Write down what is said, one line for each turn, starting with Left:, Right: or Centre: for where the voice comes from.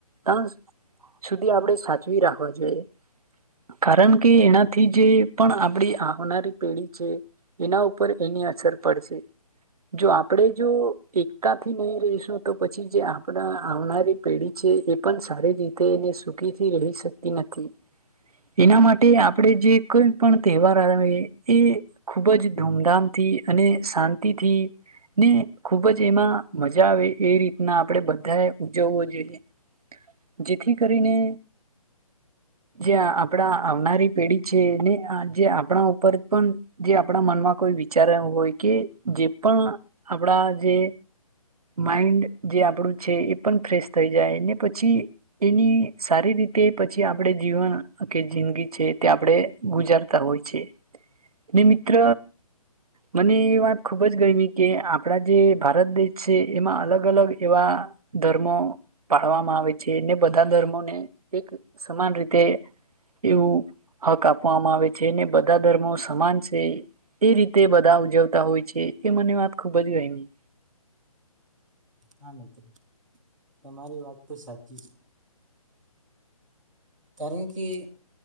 Right: તા સુધી આપણે સાચવી રાખવા જોઈએ, કારણકે એનાથી જે પણ આપડી આવનારી પેઢી છે એના ઉપર એની અસર પડશે. જો આપડે જો એકતાથી નઈ રહીશું તો પછી જે આપડા આવનારી પેઢી છે એ પણ સારી રીત તે ને સુખીથી રહી શકતી નથી. એના માટે આપડે જે કોઈ પણ તહેવાર આવે એ ખૂબજ ધૂમધામથી અને શાંતિથી ને ખૂબ જ એમાં મજા આવે એ રીતના આપડે બધાએ ઉજવવો જોઈએ. જેથી કરીને જે આપણા આવનારી પેઢી છે ને જે આપણા ઉપર પણ જે આપણા મનમાં કોઈ વિચાર હોય કે જે પણ આપણા જે માઈન્ડ જે આપણું છે એ પણ ફ્રેશ થઈ જાય ને પછી એની સારી રીતે પછી આપણે જીવન કે જિંદગી છે તે આપણેે ગુજારતા હોય છે. ને મિત્ર મને એ વાત ખુબ જ ગયમી કે આપણા જે ભારત દેશ છે એમાં અલગ અલગ એવા ધર્મો પાળવામાં આવે છે. ને બધા ધર્મોને એક સમાન રીતે એવું હક આપવામાં આવે છે ને બધા ધર્મો સમાન છે, એ રીતે બધા ઉજવતા હોય છે એ મને વાત ખૂબ જ ગયમી.
Centre: હા મિત્ર તમારી વાત તો સાચી છે. કારણ કે